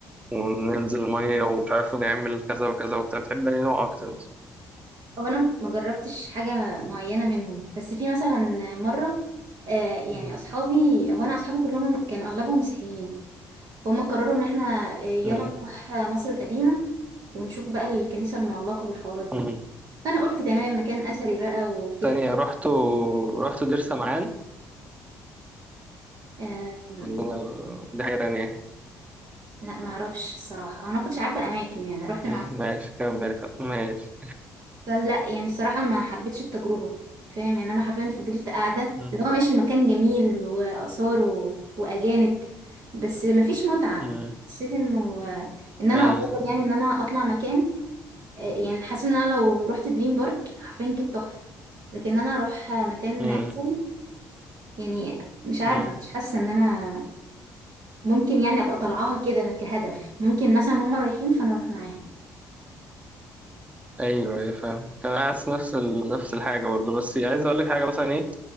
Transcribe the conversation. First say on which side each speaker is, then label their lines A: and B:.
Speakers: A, on the right; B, on the right.
A: وننزل مية ومش عارف نعمل كذا وكذا وبتاع بتحبي أي نوع أكتر مثلا؟
B: او انا ما جربتش حاجه معينه منهم بس في مثلا مره آه يعني
A: مم.
B: اصحابي هو انا اصحابي كلهم كانوا اغلبهم مسيحيين فهم قرروا ان احنا آه، يلا
A: مم.
B: نروح مصر القديمه ونشوف بقى الكنيسه المعلقه والحوارات دي
A: مم.
B: فانا قلت تمام مكان اثري بقى وكده
A: تانية رحت رحت دير سمعان
B: آه
A: والله دي حاجة تانية
B: لا ما اعرفش الصراحه أو انا ما كنتش عارفه الاماكن يعني رحت
A: مم،
B: مع
A: ماشي كمل خ- ماشي
B: فلا يعني الصراحة ما حبيتش التجربة فاهم يعني أنا حرفيا فضلت قاعدة
A: مم،
B: اللي هو ماشي المكان جميل وآثار و... وأجانب بس مفيش متعة
A: مم،
B: حسيت إنه إن أنا
A: أي
B: أفضل يعني إن أنا أطلع مكان آه، يعني حاسة إن أنا لو رحت دريم بارك حرفيا كانت تحفة لكن أنا أروح مكان
A: مم،
B: أثري يعني مش عارفة
A: مم.
B: مش حاسة إن أنا ممكن يعني أبقى طالعاها كده كهدف ممكن مثلا هما رايحين فأنا أروح معاهم
A: أيوه أيوه فاهم كان حاسس نفس ال... نفس الحاجة برضه بس عايز أقول لك حاجة مثلا إيه